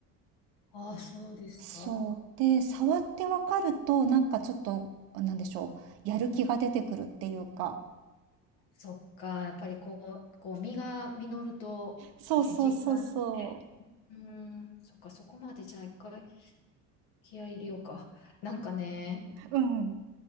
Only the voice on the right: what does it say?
そう。で、触ってわかると、なんかちょっと、なんでしょう、やる気が出てくるっていうか。
そうそうそうそ
う。うん。